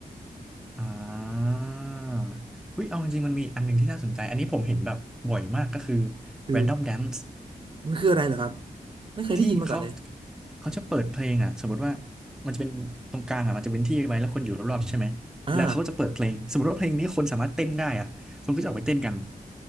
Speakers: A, in the centre; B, on the right (about 35°).
A: อ่าอุ้ยเอาจริงๆมันมีอันหนึ่งที่น่าสนใจ อันนี้ผมเห็นแบบบ่อยมากก็คือ
B: คือ
A: Random Dance
B: มันคืออะไรเหรอครับไม่เคยได้ยินมาก่อนเลย
A: ที่เขาเขาจะเปิดเพลงอ่ะสมมติว่ามันจะเป็นตรงกลางอ่ะ มันจะเป็นที่ไว้แล้วคนอยู่รอบๆใช่ไหม
B: อ่า
A: แล้วเขาก็จะเปิดเพลง สมมติว่าเพลงนี้คนสามารถเต้นได้อ่ะคนก็จะออกไปเต้นกัน